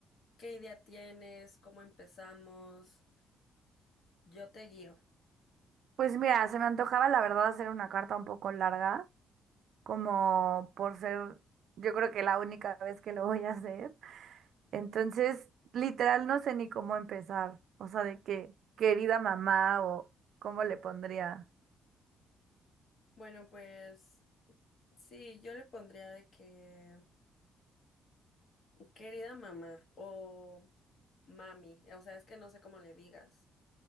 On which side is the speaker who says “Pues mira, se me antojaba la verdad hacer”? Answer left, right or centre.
Right